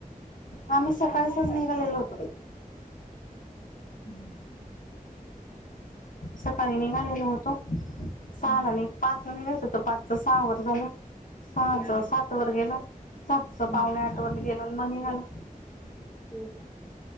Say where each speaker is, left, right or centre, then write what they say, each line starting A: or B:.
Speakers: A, on the left (about 65°); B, on the left (about 15°).
A: आम्ही सकाळीसच निघालेलो होतो बाई.
B: हम्म,
A: सकाळी निघालेलो होतो, सहाला
B: हम्म.
A: निघ पाच ला निघायचं होतं, पाच च सहा वर झाले. सहाच
B: हम्म.
A: सात वर गेलं, सातच
B: हम्म.
A: पावणे आठ वर गेलं म निघाले.
B: हो का?